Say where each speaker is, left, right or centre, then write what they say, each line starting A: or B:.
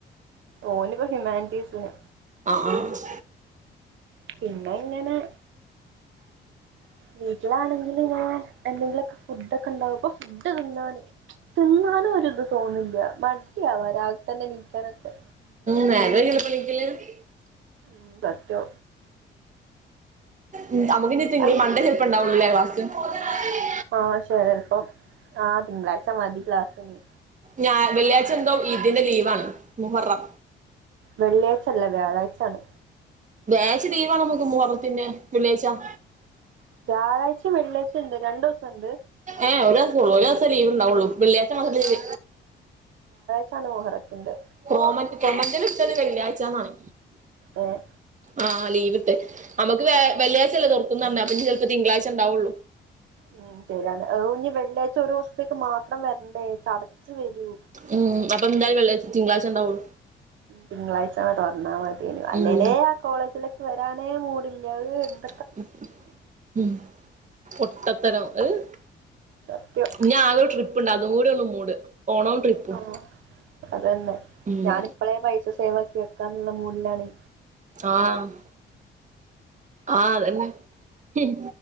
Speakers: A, on the right; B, on the right.
A: ഓന്പ്പ ഹ്യുമാൻറ്റീസിന്
B: അഹ് ആഹ്
A: പിന്നെ ഇങ്ങനെ വീട്ടിലാണെങ്കില് ഞാൻ എന്തെങ്കിലോക്കെ ഫുഡൊക്കെ ഇണ്ടാക്കും ഫുഡ് ത്ന്നാന് ത്ന്നാനും ഒരു ഇത് തോന്ന്ണില്ല മടിയാവ രാവിൽ തന്നെ നീക്കാനൊക്കെ
B: <unintelligible>
A: മ് തറ്റോ
B: മ് <unintelligible>
A: അല്ല
B: മണ്ടെ ചെൽപ്പം ഇണ്ടാവൊള്ളൂലെ <unintelligible> <unintelligible>
A: ആഹ് ചെലപ്പം ആഹ് തിങ്കളാഴ്ച മതി ക്ലാസ്സ്‌ ഇനി
B: ഞാ വെള്ളിയാഴ്ച എന്തോ ഇത്ന്റെ ലീവാണ് മുഹറം
A: വെള്ളിയാഴ്ച്ചല്ല വ്യാഴാഴ്ച്ചാണ്
B: വ്യാഴാഴ്ച്ച ലീവ് ആണ് നമുക്ക് മുഹറത്തിന്റെ വെള്ളിയാഴ്ച്ച <inaudible>
A: വ്യാഴാഴ്ച വെള്ളിയാഴ്ച ഉണ്ട് രണ്ടു ദിവസം ഉണ്ട്
B: ഏഹ് ഒരു ദിവസള്ളു ഒരു ദിവസം ലീവ് ഉണ്ടാവുള്ളൂ വെള്ളിയാഴ്ച്ച മാത്രം ലീവ്
A: ചാണ് മുഹറത്തിന്റെ
B: കോമന്റ് കോമന്റിൽ വിട്ടത് വെള്ളിയാഴ്ച്ചാന്നാണ്
A: ഏഹ്
B: ആ ലീവ്ട്ട് നമുക്ക് വ വെള്ളിയഴ്ചല്ലേ തുറക്കുംന്ന് പറഞ്ഞെ അപ്പൊ ഇനി ചെലപ്പോ തിങ്കളാഴ്ച്ച ഉണ്ടാവുള്ളു
A: ഉം ശരിയാണ് അപ്പൊ ഞ്ഞ് വെള്ളിയാഴ്ച്ച ഒരു ദിവസത്തേക്ക് മാത്രം വരണ്ടേ ചടച്ചു വരൂ
B: ഉം അപ്പൊ എന്തായാലും വെള്ളിയാഴ്ച്ച തിങ്കളാഴ്ച്ച ഉണ്ടാവള്ളൂ
A: തിങ്കളാഴ്ച്ചന്നെ തുറന്നാൽ മതി യേനു അല്ലെലെ
B: ഉം
A: ആ കോളേജിലേക്ക് വരാൻ തീരെ മൂഡില്ല <unintelligible>
B: <inaudible> ഉം പൊട്ടത്തരം അഹ്
A: സത്യം
B: ഇനി ആകെ ഒരു ട്രി പ്പ്ണ്ട് അത് കൂടിയൊള്ളു മൂട് ഓണവും ട്രിപ്പും
A: ആഹ് അതന്നെ
B: ഉം
A: ഞാനിപ്പളെ പൈസ സേവാക്കി വെക്കാന്നുള്ള മൂ ഡിലാണെ
B: ആഹ് ആഹ് അതന്നെ ഹിം